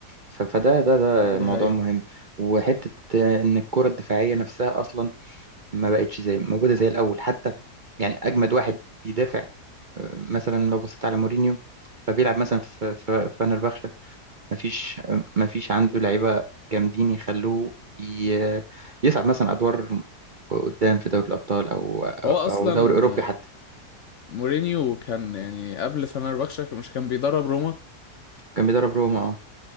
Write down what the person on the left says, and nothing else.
دي
حقيقة
هو اصلا
مورينيو كان يعني قبل فنربخشة مش كان بيدرب روما